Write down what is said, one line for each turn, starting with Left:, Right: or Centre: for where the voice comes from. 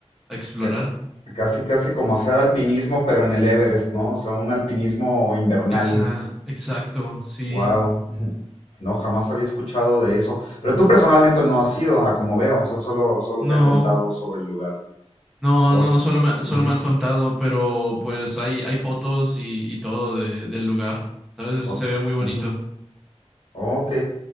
Centre: a explorar.
Left: Ca- Casi, casi como hacer alpinismo, pero en el Everest, ¿no? O sea, un alpinismo invernal.
Centre: Exa- exacto, sí.
Left: Wow. <laughs> No, jamás había escuchado de eso. Pero tú personalmente no has ido, a como veo. O sea, solo, solo
Centre: No,
Left: te han contado sobre el lugar.
Centre: no,
Left: Oh,
Centre: no, solo me,
Left: ujú,
Centre: solo me han contado, pero pues hay, hay fotos y, y todo de, del lugar, ¿sabes?
Left: oh,
Centre: Se ve muy bonito.
Left: ujú. Ok.